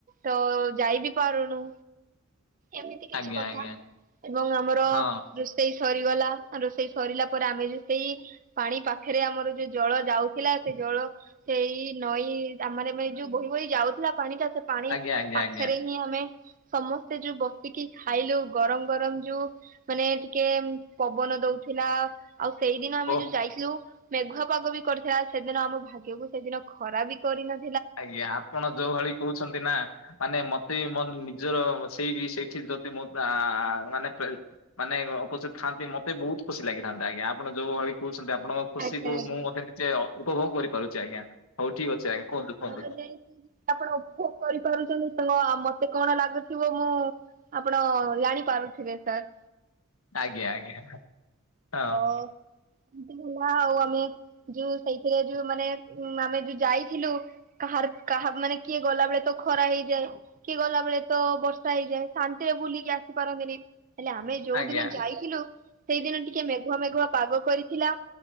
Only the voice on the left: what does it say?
<inaudible>
ଆଜ୍ଞା
ଆଜ୍ଞା
ହଁ
ଆଜ୍ଞା ଆଜ୍ଞା
ଆଜ୍ଞା
ଓଃ
ଆଜ୍ଞା ଆପଣ ଯୋଉ ଭଳି କହୁଛନ୍ତି ନା ମାନେ ମୋତେ ବି ମୋ ନିଜର ସେଇ ବି ସେଇଠି ଯଦି ମୋ ପା ଆ, ଆଉ ମାନେ ଫେଇ ମାନେ ଅ, ଅପସ୍ଥିତ ଥାନ୍ତି ମୋତେ ବହୁତ ଖୁସି ଲାଗିଥାନ୍ତା, ଆଜ୍ଞା ଆପଣ ଯୋଉ ଭଳି କୁ ଛନ୍ତି ଆପଣଙ୍କ ଖୁସି
କୁ
ମୁଁ ମଧ୍ୟ ନିଜେ ଅ, ଉପଭୋଗ କରିପାରୁଛି ଆଜ୍ଞା। ହଉ ଠିକ୍ ଅଛି ଆଜ୍ଞା କୁହନ୍ତୁ। କୁହନ୍ତୁ
କୁହନ୍ତୁ
ଆଜ୍ଞା ଆଜ୍ଞା ହଁ
ଆଜ୍ଞା